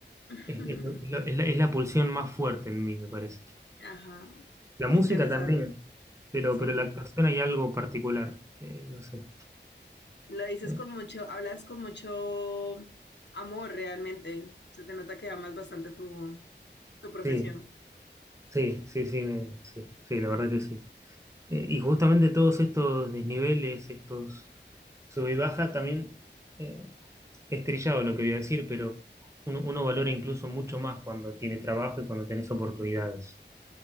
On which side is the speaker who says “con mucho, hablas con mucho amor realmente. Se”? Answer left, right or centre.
Left